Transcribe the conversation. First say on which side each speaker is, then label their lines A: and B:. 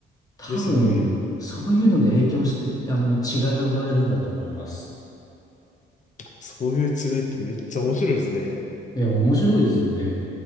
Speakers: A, on the left; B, on the left.
A: 多分、
B: ですよね。
A: そういうので影響して、あの、違いが生まれるんだと思います。
B: そういう違いってめっちゃ面白いですね。
A: いや、面白いですよね。